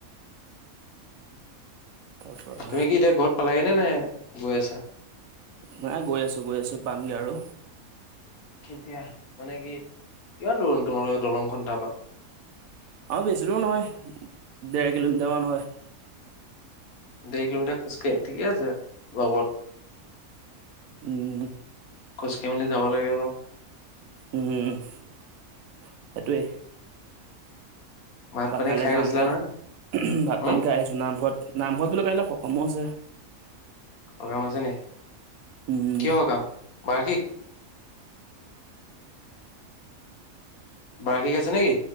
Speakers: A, on the right; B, on the left.
A: তাৰ পৰা
B: তুমি কি এতিয়া ঘৰত পালাগে নে নাই গৈ আছা?
A: নাই গৈ আছো গৈ আছো পামগে আৰু।
B: কেতিয়া মানে কি কিমান দূৰ নো তোমালোকৰ দলংখন তাৰপা।
A: আৰু বেছি দূৰো নহয় দেৰ কিলোমিটাৰ মান হয়।
B: দুই কিলোমিটাৰ খোজকাঢ়ি ঠিকে আছে লগত।
A: উম,
B: খোজকাঢ়ি মেলি যাব লাগে অলপ।
A: উম সেইটোৱে।
B: ভাত
A: তা
B: পানী
A: কাইলে
B: খাই
A: নামঘৰত
B: গৈছিলা নহয়
A: ভাত পানী
B: উম
A: খাই আহিছো নামঘৰত। নামঘৰত বুলো কাইলে সকামো আছে।
B: অ কাম আছে নি?
A: উম
B: কিহৰ কাম বাৰ্ষিক বাৰ্ষিক আছে নেকি?